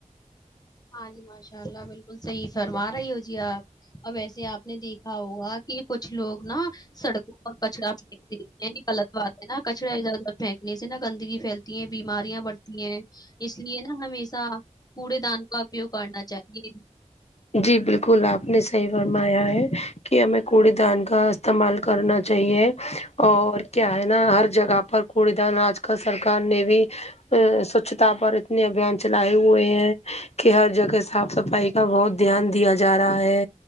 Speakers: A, on the left; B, on the left.
A: ہاں جی ماشاء اللہ بالکل صحیح فرما رہی ہو جی آپ اب ایسے آپ نے دیکھا ہوگا کہ کچھ لوگ نا سڑکوں پر کچڑا پھینک دیتے ہیں یے غلط بات ہے نا کچڑا ادھر ادھر پھینک نے سے نا گندگی پھیلتی ہیں بیماریاں بڑتی ہیں اس لیے نا ہمیشہ کوڑے دان کا اپیوگ کرنا چاہیے
B: جی بالکل آپ نے صحیح فرمایا ہے کہ ہمیں کوڑی دان کا استعمال کرنا چاہیے اور کیا ہے نا ہر جگہ پر کوڑی دان آج کل سرکار نے بھی سوچھتا پر اتنے ابھیان چلائے ہوئے ہیں کہ ہر جگہ صاف صفائی کا بہت دھیان دیا جا رہا ہے